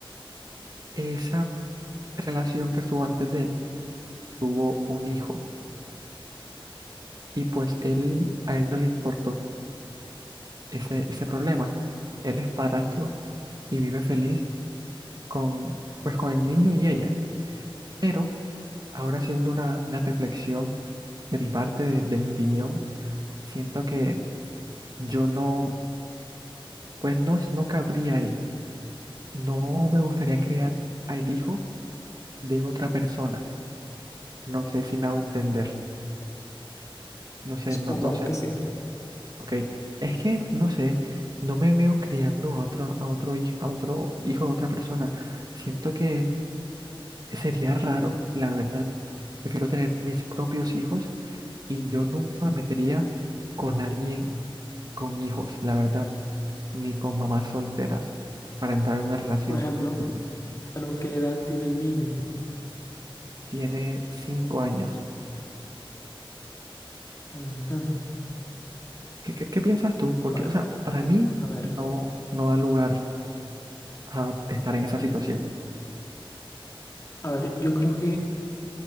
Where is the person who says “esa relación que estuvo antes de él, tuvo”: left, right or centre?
Right